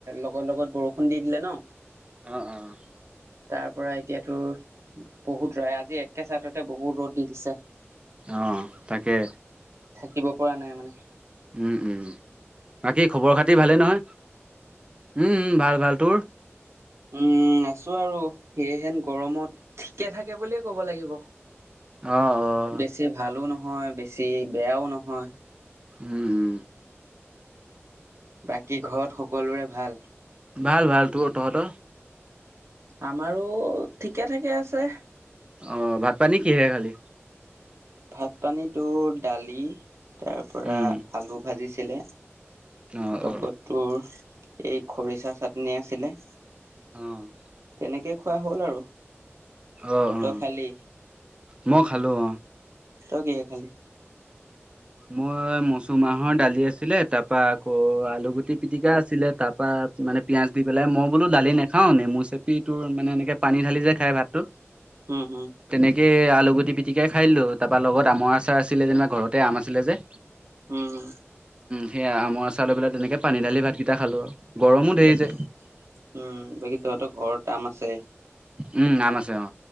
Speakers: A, on the right; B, on the right.
A: লগৰ লগত বৰষুণ দি দিলে ন।
B: অ - অ - অ।
A: তাৰ পৰা এতিয়াতো বহুত ৰাই আজি একে চাইডতে বহুত ৰ'দ দি দিছে।
B: অ, তাকে।
A: থাকিব পৰা নাই মানে।
B: উম উম বাকী খবৰ খাতি ভালেই নহয় উম, ভাল - ভাল তোৰ।
A: উম, আছো আৰু সেহেন গৰমত ঠিকে থাকে বুলিয়ে কব লাগিব।
B: অহ - অহ।
A: বেছি ভালো নহয় বেছি বেয়াও নহয়।
B: উম,
A: বাকী ঘৰত সকলোৰে ভাল?
B: ভাল - ভাল তোৰ তহত?
A: আমাৰো ঠিকে থাকে আছে।
B: অ, ভাত পানী কিহেৰে খালি।
A: ভাত পানীতো দালি তাৰ পৰা
B: উম
A: আলু ভাজিছিলে।
B: অ
A: লগত
B: অ
A: তোৰ এই খৰিচা চাটনি আছিলে।
B: অ',
A: এনেকে খোৱা হ'ল আৰু।
B: অ - অ
A: তই খালি
B: মই খালো অহ।
A: ত, কিহেৰে খালি।
B: মই মচুৰ মাহৰ দালি আছিলে তাৰ পৰা আকৌ আলুগুটি পিতিকা আছিলে তাৰপা তাত মানে পিয়য়াজ দি পেলাই মই বোলো দালি নেখাও নেমু চেপি তোৰ মানে এনেকে পানী ঢালি যে খাই ভাতটো।
A: উম হম
B: তেনেকে আলুগুটি। পিটিকাই খাই দো তাৰপা লগত আমৰ আচাৰ আছিলে যেনিবা ঘৰতে আম আছিলে যে।
A: উম।
B: সেয়া আৰচা লৈ পেলাই তেনেকে পানী দালি ভকেইটা খালো। গৰমো ধেৰ
A: বাকী
B: যে
A: উম, বাকী তহতৰ ঘৰৰ আম আছে?
B: উম, আম আছে অ,